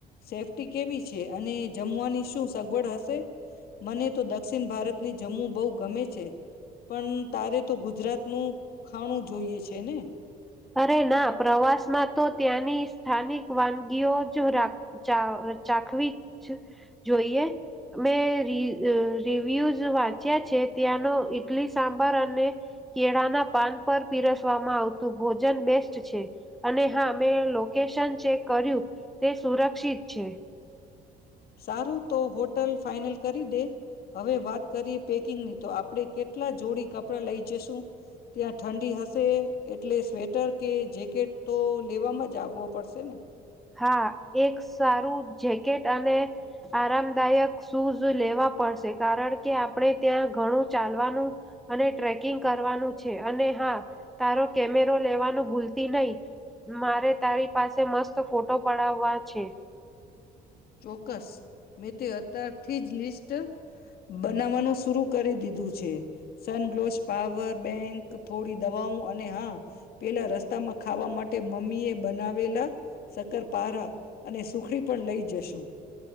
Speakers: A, on the left (about 65°); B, in the centre.
A: સેફ્ટી કેવી છે, અને જમવાની શું સગવડ હશે? મને તો દક્ષિણ ભારતની જમવું બહુ ગમે છે, પણ તારે તો ગુજરાતનું ખાણું જોઈએ છે ને.
B: અરે ના પ્રવાસ માં તો ત્યાંની સ્થાનિક વાનગીઓ જ રા ચા ચાખવી જ જોઈએ, મેં રી-અ-રિવ્યુઝ વાંચ્યા છે ત્યાંનો ઈટલી સાંભર અને કેળાના પાન પર પીરસવામાં આવતું ભોજન બેસ્ટ છે, અને હા મેં લોકેશન ચેક કર્યું તે સુરક્ષિત છે.
A: સારું તો હોટલ ફાઈનલ કરી દે હવે વાત કરીએ પેકિંગની તો આપ પડે કેટલા જોડી કપડા લઈ જઈશું? ત્યાં ઠંડી હશે એટલે સ્વેટર કે જેકેટ તો લેવામાં જ આવવો પડશે ને.
B: હા એક સારું જેકેટ અને આરામદાયક શૂઝ લેવા પડશે કારણ કે આપણે ત્યાં ઘણું ચાલવાનું અને ટ્રેકિંગ કરવાનું છે, અને હા તારો કેમેરો લેવાનું ભૂલતી નહી મારે તારી પાસે મસ્ત તો ફોટો પડાવવા છે.
A: ચોક્કસ મેં તે અતારથી જ લિસ્ટ બનાવવાનું શુંરુ કરી દીધ દૂ છે. સનગ્લોશ પાવર. બેંક થોડી દવાઓ અને હા પેલા રસ્તા માં ખાવા માટે મમ્મી એ બનાવેલા. સક્કર પારા અને સુખડી પણ લઈ જશ <inaudible>